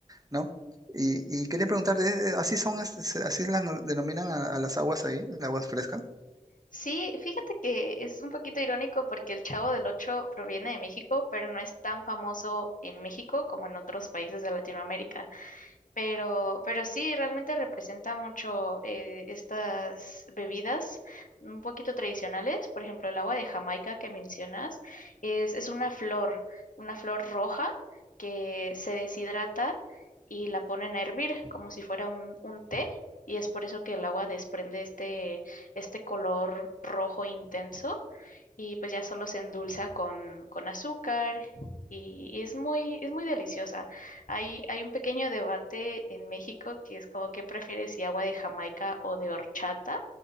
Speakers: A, on the right; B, on the left.
A: ¿no? Y, y quería preguntarte, ¿eh, eh, ¿así son, este, se- así las no- denominan a, a las aguas ahí, las aguas frescas?
B: Sí, fíjate que es un poquito irónico porque el Chavo del Ocho proviene de México, pero no es tan famoso en México como en otros países de Latinoamérica. Pero, pero sí, realmente representa mucho eh, estas bebidas un poquito tradicionales. Por ejemplo, el agua de Jamaica que mencionas es, es una flor, una flor roja que se deshidrata y la ponen a hervir como si fuera un, un té. Y es por eso que el agua desprende este, este color rojo intenso y pues ya solo se endulza con, con azúcar y, y es muy, es muy deliciosa. Hay, hay un pequeño debate en México que es como qué prefieres si agua de Jamaica o de horchata.